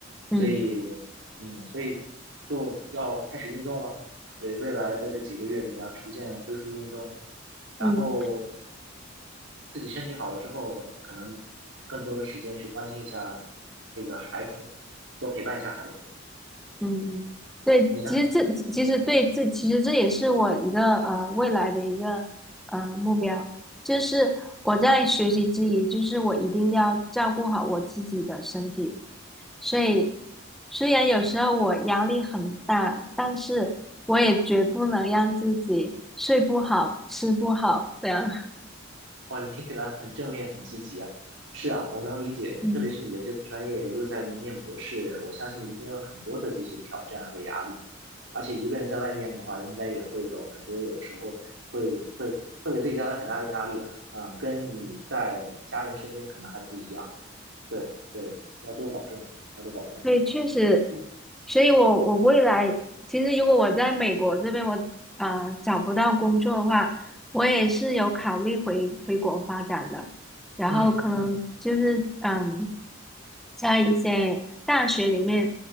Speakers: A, in the centre; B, on the right (about 65°).
A: 嗯
B: 所以，嗯，所以就要开始运动了。所以未来的这几个月里面要逐渐恢复运动，然后
A: 嗯。
B: 自己身体好了之后，可能更多的时间去关心一下这个孩子，多陪伴一下孩子。
A: 嗯嗯，对，
B: 你呢？
A: 其实这其实对这其实这也是我一个呃未来的一个呃目标，就是我在学习之余，就是我一定要照顾好我自己的身体。所以虽然有时候我压力很大，但是我也绝不能让自己睡不好、吃不好这样。<laughs>
B: 哇，你听起来很正面，很积极啊。是啊，我能理解，
A: 嗯。
B: 特别是你的这个专业又在念博士，我相信一定有很多的这些挑战和压力。而且一个人在外面的话，应该也会有很多，有的时候会会会给自己带来很大的压力了啊，跟你在家人身边可能还不一样。对对，要多保重，要多保重。
A: 对，确实，
B: 嗯
A: 所以我我未来其实如果我在美国这边我啊、呃找不到工作的话，我也是有考虑回回国发展的，然后可能就是嗯，
B: 嗯嗯
A: 在一些大学里面